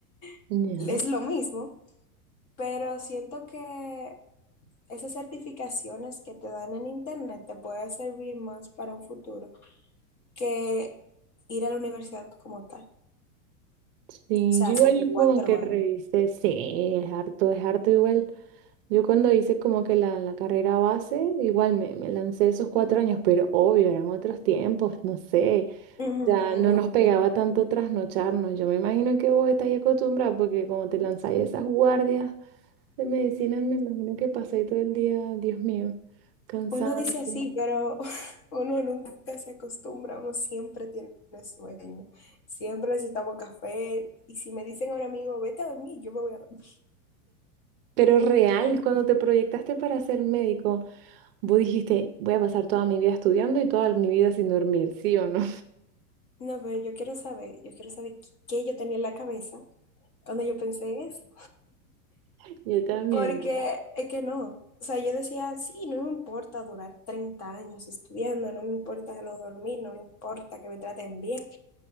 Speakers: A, on the left; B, on the right.
A: <laughs>
B: Ya,
A: es lo mismo, pero siento que esas certificaciones que te dan en internet te pueden servir más para un futuro que ir a la universidad como tal. O
B: sí,
A: sea,
B: yo
A: hacer
B: igual
A: cuatro
B: como que
A: años.
B: revisé, sí, es harto, es harto igual. Yo cuando hice como que la, la carrera base, igual me, me lancé esos cuatro años, pero obvio, eran otros tiempos, no sé.
A: Ujú,
B: Ya no nos pegaba tanto trasnocharnos. Yo me imagino que vos estáis acostumbrada porque como te lanzáis esas guardias de medicina, me imagino que pasáis todo el día, Dios mío, cansante.
A: Uno dice así, pero <laughs> uno nunca se acostumbra, uno siempre tiene sueño, siempre necesitamos café. Y si me dicen ahora mismo, vete a dormir, yo me voy a dormir.
B: Pero real,
A: Co-
B: cuando te proyectaste para ser médico, vos dijiste, voy a pasar toda mi vida estudiando y toda mi vida sin dormir, ¿sí o no?
A: No, pero yo quiero saber, yo quiero saber qué qué yo tenía en la cabeza cuando yo pensé eso.
B: <laughs> Yo también.
A: Porque es que no. O sea, yo decía, sí, no me importa durar 30 años estudiando, no me importa lo dormir, no me importa que me traten bien,